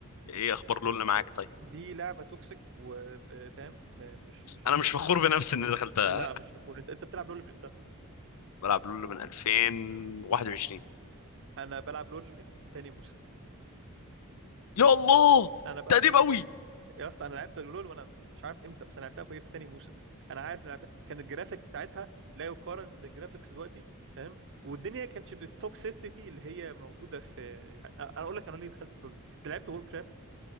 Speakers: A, on the left; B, on the right.
A: ايه اخبار لول اللي معاك طيب
B: دي لعبه توكسيك وفاهم مش مش
A: انا مش فخور بنفسي اني دخلتها
B: لا
A: ها؟
B: مش فخور انت انت بتلعب لول من امتى
A: بلعب لول من 2021
B: انا بلعب لول من تاني موسم
A: يا الله
B: انا بلعب
A: ده قديم
B: لول
A: قوي
B: يا اسطى انا لعبت لول وانا مش عارف امتى بس انا لعبتها في إيه، في تاني موسم انا عارف إن أنا لعبتها كان الجرافيكس ساعتها لا يقارن بالجرافيكس دلوقتي فاهم والدنيا كانتش بالتوكسيسيتي اللي هي موجوده في انا اقول لك انا ليه دخلت في لول انت لعبت وور كرافت